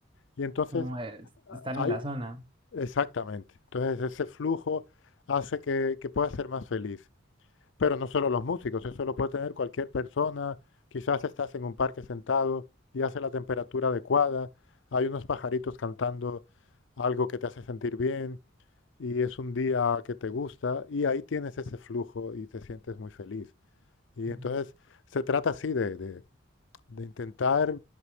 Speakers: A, on the left; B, on the right.
A: Y entonces
B: como eh, estar
A: hay,
B: en la zona.
A: exactamente, entonces ese flujo hace que, que puedas ser más feliz. Pero no solo los músicos, eso lo puede tener cualquier persona. Quizás estás en un parque sentado y hace la temperatura adecuada, hay unos pajaritos cantando algo que te hace sentir bien, y es un día que te gusta y ahí tienes ese flujo y te sientes muy feliz. Y
B: Ujú.
A: entonces se trata así de, de- de intentar